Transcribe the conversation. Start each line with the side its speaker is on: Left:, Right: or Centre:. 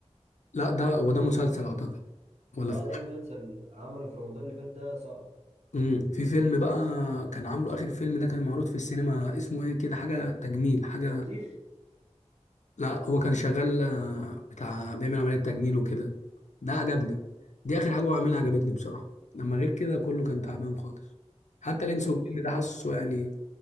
Left: لا ده هو ده مسلسل اعتقد ولا
Right: اه
Left: في
Right: ده مسلسل عمله في رمضان اللي فات ده سقط
Left: امم في فيلم بقى كان عامله اخر فيلم ده كان معروض في السينما اسمه ايه كده حاجه تجميل حاجه
Right: بطيخ
Left: لا هو كان شغال آه، بتاع بيعمل عمليه تجميل وكده ده عجبني دي اخر حاجه هو عاملها عجبتني بصراحه لما غير كده كله كان تعبان خالص حتى الانس
Right: انا
Left: والجن
Right: بص-
Left: ده حاسه يعني